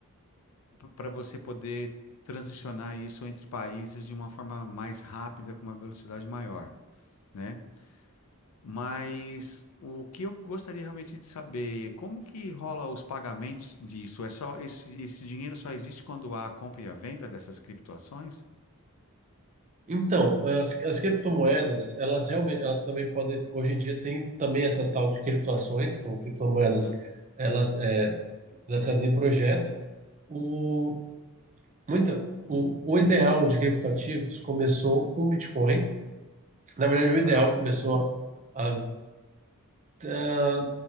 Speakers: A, on the left; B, on the right.
A: para você poder transicionar isso entre países de uma forma mais rápida, com uma velocidade maior, né? Mas o que eu gostaria realmente de saber, como que rola os pagamentos disso? É só esse, esse dinheiro só existe quando há a compra e a venda dessas criptoações?
B: Então, as, as criptomoedas, elas realmente, elas também podem, hoje em dia tem também essas tal de criptoações, que são criptomoedas,
A: Aham,
B: elas é, lançadas em projeto. O, muita, o, o ideal de criptoativos começou com o Bitcoin. Na verdade, o ideal
A: Tá,
B: começou há ah,